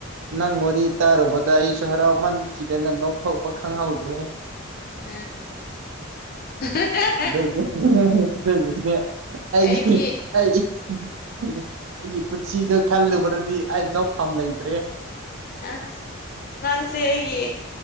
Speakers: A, on the right; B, on the left.
A: ꯅꯪ ꯋꯥꯔꯤ ꯇꯥꯔꯨꯕꯗ ꯑꯩꯁꯨ ꯍꯔꯥꯎꯃꯟꯈꯤꯗꯅ ꯅꯣꯛꯊꯣꯛꯄ ꯈꯪꯍꯧꯗꯦ
B: ꯎ ꯍ
A: ꯑꯗꯨꯒꯤ ꯑꯩꯒꯤ
B: ꯑꯩꯗꯤ
A: ꯑꯩꯒꯤ ꯑꯩꯒꯤ ꯄꯨꯟꯁꯤꯗ ꯈꯜꯂꯨꯕ꯭ꯔꯗꯤ ꯑꯩ ꯅꯣꯛꯐꯝ ꯂꯩꯇ꯭ꯔꯦ
B: ꯑ ꯅꯪꯁꯦ ꯑꯩꯒꯤ